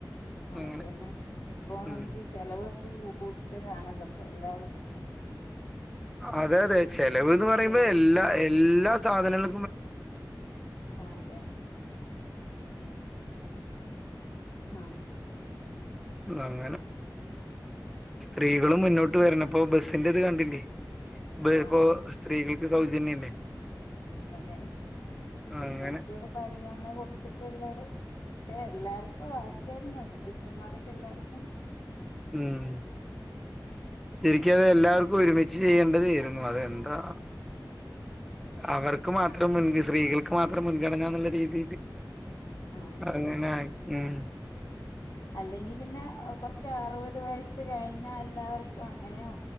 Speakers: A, on the left (about 70°); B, in the centre.
A: ആ
B: അങ്ങനെ
A: അതെന്നെ ഇപ്പൊ നമുക്കീ
B: ഉം
A: ചെലവൊർച്ച് കൂ കൂട്തലാണല്ലോ പ്പൊ ല്ലാരും
B: അതെ അതെ ചെലവ്ന്ന് പറയുമ്പോ
A: ചെലവ്
B: എല്ലാ എല്ലാ സാധന <inaudible>
A: അതെ ആ
B: അങ്ങനെ സ്ത്രീകള് മുന്നോട്ട് വരണം പ്പൊ ബസിന്റെ ഇത് കണ്ടില്ലേ ഇ
A: ആഹ്
B: ഇപ്പോ സ്ത്രീകൾക്ക് സൗജന്യല്ലേ
A: അതെ സ്ത്രീകൾക്കരു
B: അങ്ങനെ
A: പരിഗണന കൊടുത്തിട്ടുള്ളരു പക്ഷെ എല്ലാർക്കും ആക്കിയരുന്നു പുരുഷന്മാരക്കെ എല്ലാർക്കും
B: ഉം ശരിക്ക അത് എല്ലാവർക്കും ഒരുമിച്ച് ചെയ്യേണ്ടതായിരുന്നു അതെന്താ അവർക്ക് മാത്രം മുൻകി സ്ത്രീകൾക്ക് മാത്രം മുൻഗണന എന്നുള്ള രീതിയില്
A: ആഹ്
B: അങ്ങനെ ഉം
A: അല്ലെങ്കി പിന്നെ കൊറച്ച് അറുപത് വയസ്സ് കഴിഞ്ഞാ എല്ലാവർക്കും അങ്ങനെയോ